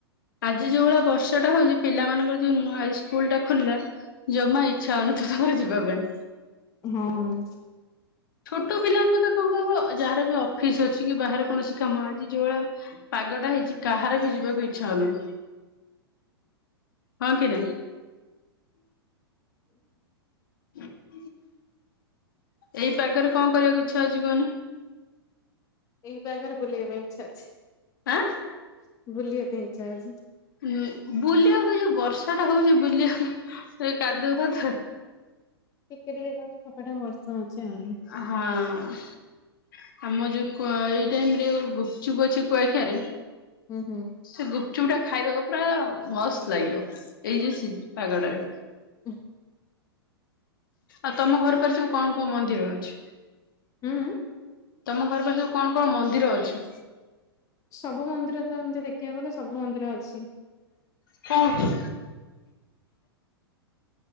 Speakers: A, on the left; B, on the left.
A: ଆଜି ଯୋଉ ଭଳିଆ ବର୍ଷାଟା ହଉଛି ପିଲା ମାନଙ୍କର ଯୋଉ ନୁହ ଆ ସ୍କୁଲ ଟା ଖୋଲିଲା ଜମା ଇଚ୍ଛା ଅନୁଥ ହଉ ନଥିବ ତମର ଯିବା ପାଇଁ
B: ହଁ।
A: ଛୋଟ ପିଲାଙ୍କୁ ତ କଣ କହିବ ଯାହାର ବି ଫିସ୍ ଅଛି କି ବାହାରେ କୌଣସି କାମ ଆଜି ଯୋଉଭଳିଆ ପାଗଟା ହେଇଛି କାହାର ବି ଯିବାକୁ ଇଚ୍ଛା ହଉନି
B: <inaudible>
A: ହଁ କିରେ ହ <unintelligible> ଏଇ ପାଖରେ କଆଁ କରିବାକୁ ଇଚ୍ଛା ଅଛି କହନି
B: ଏଇ ପାଖରେ ବୁଲିବା ପାଇଁ ଇଚ୍ଛା ଅଛି
A: ଆଁ
B: ବୁଲିବା ପାଇଁ ଇଚଛା ଅଛି
A: ହଁ ବୁଲିବାକୁ ଯୋଉ ବର୍ଷା ଟା ହଉଛି ବୁଲିବାକୁ କାଦୁଅ ଫାଦୁଅ
B: ଟିକେ ଟିକେ ଯାଛୋପାଟେ ବର୍ଷା ହଉଛି ଆଉ
A: ହଁ ଆମ ଯୋଉ ଏଇ ଟାଇମ ରେ ଗୁପଚୁପ୍ ଅଛି କୁଆଖିଆରେ
B: ହୁଁ ହୁଁ
A: ସେ ଗୁପଚୁପ ଟା ଖାଇଦବ ପୁରା ମସ୍ତ ଲାଗିବ ଏଇ ଯଉ ପାଗଟାରେ
B: ଓଁ
A: ଆଉ ତମ ଘର ପାସେ ସବୁ କଣ କଣ ମନ୍ଦିର ଅଛି
B: ହୁଁ
A: ତମ ଘର ପାଖରେ କଣ କଣ ମନ୍ଦିର ଅଛି
B: ସବୁ ମନ୍ଦିର ତ ଏମିତି ଦେଖିବାକୁ ଗଲେ ସବୁ ମନ୍ଦିର ଅଛି
A: ହୁଁ ହ୍ୟାଲୋ